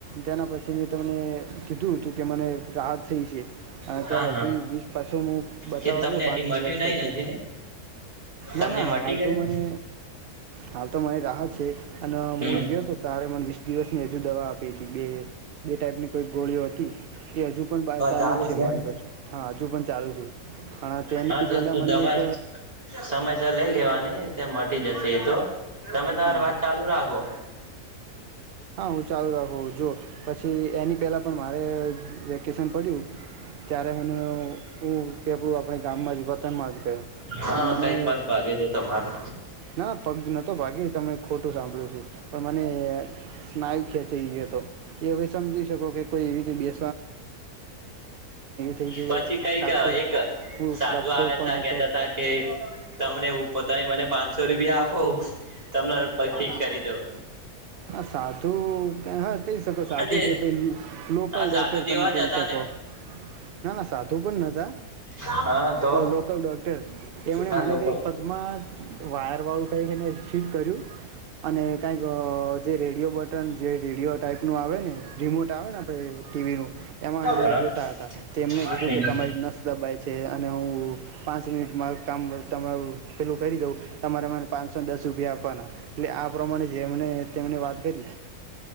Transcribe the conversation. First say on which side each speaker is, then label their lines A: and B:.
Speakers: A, on the right; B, on the right.
A: તેના પછી મેં તમને કીધું હતું કે મને રાહત થઈ છે. અને અત્યારે
B: હા હા
A: હજુ લીસ પાછળનો હું બતાવા
B: કે તમને
A: ગયો પાંચ
B: હજી મટ્યું
A: દિવસ
B: નહી
A: પછી
B: નથી ને તમને
A: ના ના
B: મટી
A: હાલ
B: ગયું
A: તો મને હાલ તો મારી રાહત છે અને
B: હમ
A: મળ ગયો તો. આવી પણ વસ દિવસની હજુ દવા આપી હતી બે ટાઈપની કો ગોળી હતી એ હજુ પણ
B: ચાલુ
A: જ
B: છે
A: મારી
B: એમ
A: પાછું હા હજુ પણ ચાલુ છે પણ તેની
B: હા
A: પહેલાં
B: તો
A: મને
B: દવા
A: એક
B: સમયસર લઈ લેવાની ત્યા મ ટી જશે એ તો. તમે તમારી
A: હા
B: વાત ચાલુ રાખો.
A: હા હું ચાલુ રાખું જો પછી એની પેલા પણ મારે વેકેશન પડ્યું ત્યારે મને હું પેપડું આપડે ગામમાં જ વતનમાં જ ગયો
B: હા
A: અને મને
B: કઈક પગ ભાગે છે તમારો
A: ના પગ નહોતો ભાગી તને ખોટું સાંભળ્યું છે પણ મને સ્નાયુ ખેંચી ગયો હતો એ હવે સમજી શકો કે કોઈ એવી રી બે થઈ ગઈ
B: પછી
A: હોય
B: કઈક
A: કાં તો
B: એક
A: હું
B: સાધુ
A: લપસ્યો
B: આવ્યા
A: પણ
B: તા
A: હતો
B: કેતા તા કે તમને હું પોતાની મને પાંસ રૂપિયા આપો તમને પહી ઠીક કરી દવ.
A: આ સાધુ હા કહી શકો સાધું
B: આજે
A: કે ભ લોકલ
B: આ સાધુ
A: ડોક્ટર
B: જેવા
A: તમે
B: જ
A: કહી
B: હતા
A: શકો
B: ને
A: ના ના સાધુ પણ નતા
B: હા તો
A: લોકલ ડોક્ટર એમને
B: હા
A: મને
B: લોકો
A: કંઈક પગમાં વાયર વાળું કઈક એને શીટ કર્યું અને કઈક જે રેડિયો બટન જે રેડિયો ટાાઈપનું આવે ને રિમોટ આવે ને આપડે ટીવીનું એમાં
B: હા
A: એને જોતા હતા તેમણે કીધું
B: હમ
A: કે તમારી નસ દબાય છે અને હું પાંચ મિનિટમાં કામ તમારું પેલું કરી દઉં તમારે મને પાંચસોને દસ રૂપિયા આપવાના એટલે આ પ્રમાણે જેમણે મને વાત કરી.